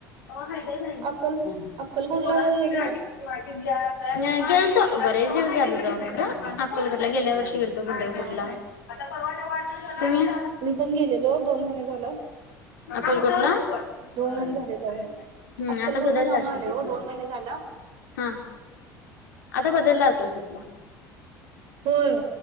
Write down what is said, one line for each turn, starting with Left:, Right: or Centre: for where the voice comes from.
Left: <unintelligible>
Right: अक्कल अक्कलकोटला
Left: पोरास्नी
Right: वगैरे गेलेला
Left: गाडी <unintelligible> <unintelligible> गेलतो बरेच दिवस झालं जाऊन खरं अक्कलकोटला गेल्या वर्षी गेलतो. <unintelligible> पंढरपुरला
Right: हा हा
Left: <unintelligible> <unintelligible> तुम्ही?
Right: मी गेलेलो दोन महिने झालं
Left: अक्कलकोटला. <unintelligible>
Right: दोन महिने झाले जाऊन
Left: हम
Right: अक्कलकोटला
Left: आता बदलला
Right: जाऊन
Left: असेल,
Right: आले
Left: ते
Right: हो
Left: तर
Right: दोन महिने झालं हा.
Left: हा आता बदलला असेल तिथलं.
Right: होय,